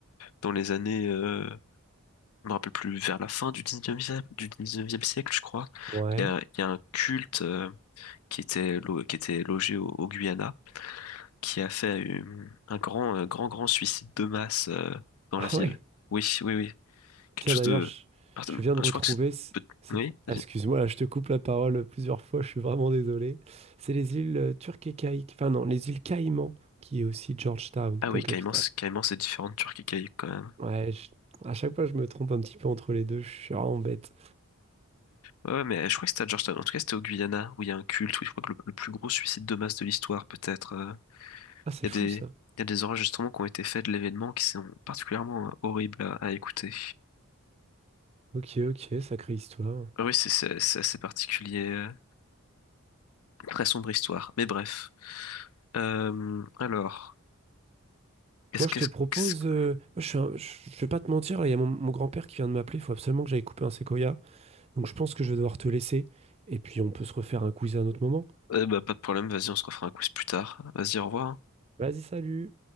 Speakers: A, on the left (about 75°); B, on the right (about 25°).
A: dans les années... euh, je me rappelle plus, vers la fin du dix-neuvième du 19e siècle, je crois,
B: Ouais.
A: il y a, il y a un culte... euh, qui était, lo- qui était logé au, au Guyana, qui a fait une- un grand, euh, grand, grand suicide de masse euh, dans
B: <laughs>
A: la ville.
B: Ah ouais.
A: Oui, oui, oui. Quelque
B: Tiens,
A: chose
B: d'ailleurs,
A: de...
B: je,
A: Pardon,
B: je viens de retrouver.
A: je crois que c'est...
B: c-
A: peut-
B: cette-
A: Oui, vas-y.
B: ah, Excuse-moi, là, je te coupe la parole plusieurs fois, je suis vraiment désolé. C'est les îles euh, Turques et Caïques. Enfin, non, les îles Caïmans, qui est aussi Georgetown
A: Ah
B: comme
A: oui, Caïman,
B: capitale.
A: c'est- Caïman, c'est différent de Turquie Caïque quand même.
B: Ouais, je- à chaque fois, je me trompe un petit peu entre les deux, je suis vraiment bête.
A: Ouais, ouais, mais je crois que c'était à Georgetown. En tout cas, c'était au Guyana, où il y a un culte, où je crois que le, le plus gros suicide de masse de l'histoire, peut-être. euh.
B: Ah, c'est
A: Il y
B: fou
A: a des,
B: ça.
A: il y a des enregistrements qui ont été faits de l'événement qui sont particulièrement euh, horribles à à écouter.
B: Ok, ok, sacrée histoire.
A: Oui, c'est c'est- c'est assez particulier. euh, Très sombre histoire. Mais bref. Euh, alors, est-ce
B: Moi,
A: que...
B: je te
A: est-ce
B: propose.
A: que-
B: euh, je, suis un- je- je vais pas te mentir, là, il y a mon, mon grand-père qui vient de m'appeler, il faut absolument que j'aille couper un séquoia. Donc, je pense que je vais devoir te laisser. Et puis, on peut se refaire un quiz à un autre moment.
A: euh, bah, pas de problème, vas-y, on se refera un quiz plus tard. Vas-y, au revoir.
B: Vas-y, salut!